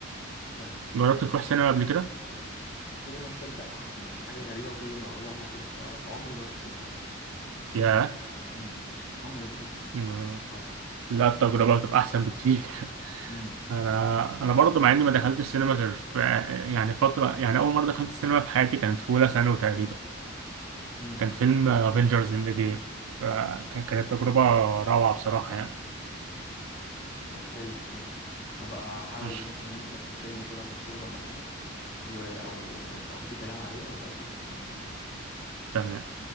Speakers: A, on the left; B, on the right.
A: فعلا
B: جربت تروح سينما قبل كده؟
A: سينما تصدق ح- حاجه غريبه وكل ما اقولها لحد بيستغرب عمري ما رحت سينما قبل كده
B: ياه
A: امم عمري ما دخلت سينما
B: م-
A: خالص
B: لا التجربة بتبقى أحسن بكتير <laughs>
A: امم
B: أنا أنا برضه مع إني ما دخلتش السينما غير في يعني فترة يعني أول مرة دخلت السينما في حياتي كانت في أولى ثانوي تقريبا
A: امم
B: كان فيلم افنجرز إند جيم كانت تجربة روعة بصراحة يعني
A: طب حلو جامد هبقى احاول
B: مش
A: ممكن ممكن اشوف فيلم كده مشهور ولا حاجه و... او او في كلام عليه وابقى اشوف ان شاء الله
B: تمام